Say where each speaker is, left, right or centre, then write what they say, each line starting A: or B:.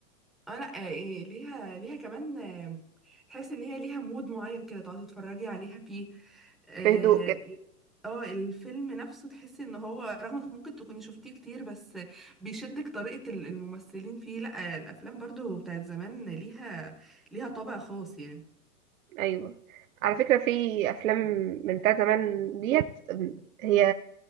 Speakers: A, in the centre; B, on the right (about 65°).
A: اه لا آه، إيه ليها ليها كمان آه، تحس ان هي ليها مود معين كده تقعدي تتفرجي عليها فيه اه
B: في هدوء كده
A: إيه، آه، الفيلم نفسه تحسي ان هو رغم انك ممكن تكوني شفتيه كتير بس بيشدك طريقة ال- الممثلين فيه لا الافلام برضو بتاعت زمان ليها ليها طابع خاص يعني
B: ايوه على فكره في افلام من بتاع زمان ديت أم، هي